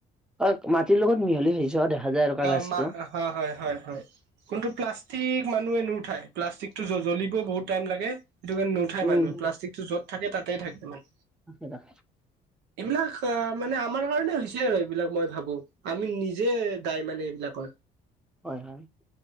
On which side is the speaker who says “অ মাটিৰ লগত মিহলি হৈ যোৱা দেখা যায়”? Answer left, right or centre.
Centre